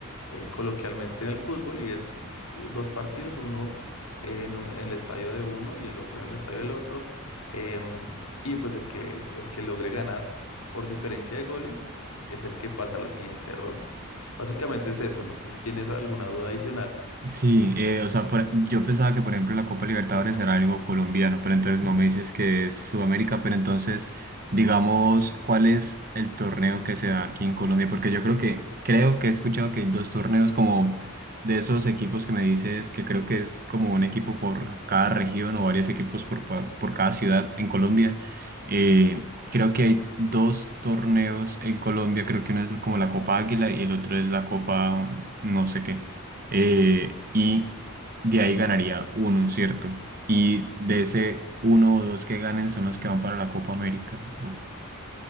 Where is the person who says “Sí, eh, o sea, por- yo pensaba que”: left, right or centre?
Right